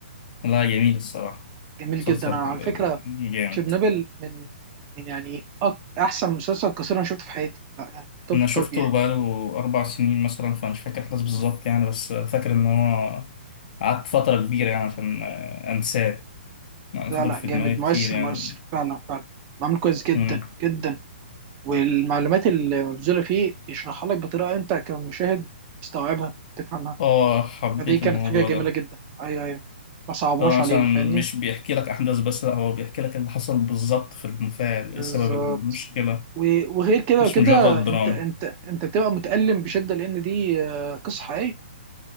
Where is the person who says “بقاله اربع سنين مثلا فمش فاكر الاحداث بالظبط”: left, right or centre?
Left